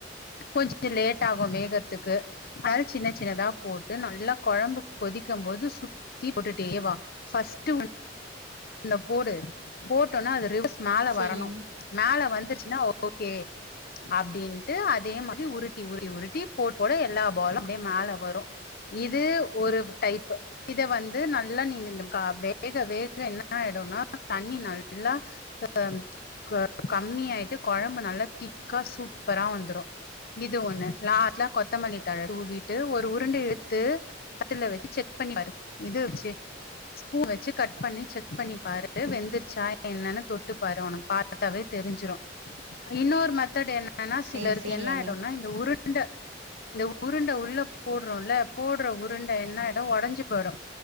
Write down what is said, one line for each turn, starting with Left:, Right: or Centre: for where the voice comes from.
Left: கொஞ்ச லேட் ஆகும் வேகறத்துக்கு அதனால சின்ன சின்னதா போட்டு நல்லா கொழம்பு கொதிக்கம் போது சுத்தி போட்டுட்டேவா ஃபஸ்ட் உ ஒன்ன போடு போட்டோனா அது ரிவர்ஸ் மேல
Right: சேரி
Left: வரணு
Right: அண்ணி
Left: மேல வந்துருச்சுனா ஓகே அப்டின்ட்டு அதே மாறி உருட்டி உருட்டி உருட்டி போட போட எல்லா பாலு அப்டியே மேல வரு இது ஒரு டைப் இத வந்து நல்லா நீ இத வேக வே என்ன ஆயிடுனா தண்ணி நல்லா அ கம்மியாயிட்டு கொழம்பு நல்லா திக்கா சூப்பரா வந்துரு இது ஒண்ணு லாஸ்ட்ல கொத்தமல்லி தழ தூவிட்டு ஒ உருண்டு எடுத்து பத்துல வச்சு செக் பண்ணி பாரு இது வச்சு ஸ்பூன் வச்சு கட் பண்ணி செக் பண்ணி பாரு வெந்துருச்சா என்னனு தொட்டு பாரு உனக்கு பாத்தாவே தெரிஞ்சிரு இன்னொரு மெத்தட் என்னனா
Right: சேரி
Left: சிலருக்கு
Right: சேரி
Left: என்ன
Right: அண்ணி
Left: ஆயிடுனா இந்த உருண்ட இந்த உருண் உள்ள போடுறோல போடுற உருண்ட என்ன ஆயிடு ஒடஞ்சு போயிடு